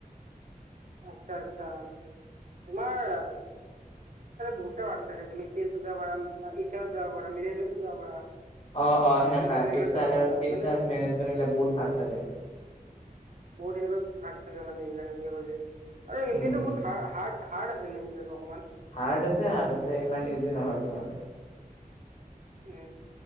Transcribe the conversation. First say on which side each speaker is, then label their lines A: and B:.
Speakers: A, on the right; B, on the left.
A: আচ্ছা আচ্ছা তোমাৰ বুত বাৰাকায় তুমিেল যাবাৰা এই আৰ দ যাব পাৰা মেনেজমট যাব পাৰা।
B: অ অ সেনেককা
A: মেনেজাৰ লেভেলত
B: ইট
A: যাব পাৰা
B: ইটছ
A: মানে
B: আৰ মেনেজমেট বহুত ভাগ থাকে।
A: বহুত এনেুৱ ভাগ থাকে মানে এইবিলাক এ বি এ কৰিলে আৰু এম
B: উম
A: বি এ টো বহুত
B: উম
A: হাৰ্ড আছে। <unintelligible>
B: হাৰ্ড আছে হাৰ্ড আছে ইমান ইজি নহয় তোমাৰ।
A: উ